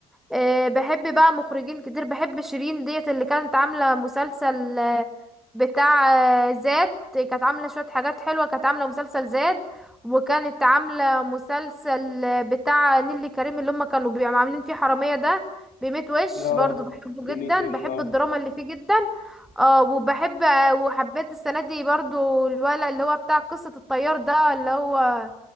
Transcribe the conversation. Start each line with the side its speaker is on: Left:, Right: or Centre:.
Centre: أه بحب بقى مخرجين كتير بحب شيرين ديت اللي كانت عامله مسلسل آه، بتاع آه، زاد كانت عامله شويه حاجات حلوه كانت عامله مسلسل زاد وكانت عامله مسلسل آه، بتاع نيللي كريم اللي هم كانوا بيبقوا عاملين فيه حراميه ده بميت وش
Left: اه
Centre: برضو بحبه
Left: ديميتوش
Centre: جدا بحب
Left: اه
Centre: الدراما اللي فيه جدا اه وبحب آه، وحبيت السنه دي برضو الولد اللي هو بتاع قصه الطيار ده اللي هو